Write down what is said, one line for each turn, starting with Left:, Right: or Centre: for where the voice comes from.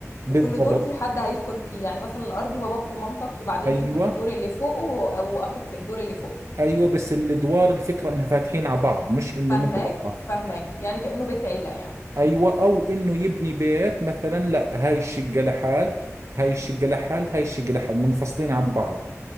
Right: وبالضبط
Left: وكل دور في حد هيسكن فيه يعني مثلا الارضي باباك ومامتك وبعدين
Right: أيوة
Left: انت في الدور اللي فوقه و- واخوك في الدور اللي فوقه
Right: أيوة بس الأدوار الفكرة إنها فاتحين على بعض مش إنه
Left: فهماك
Right: مغلقة
Left: فهماك يعني كأنه بيت عيلة يعني
Right: أيوة أو إنه يبني بيت مثلا لا هاي الشقة لحال هاي الشقة لحال هاي الشقة لحال منفصلين عن بعض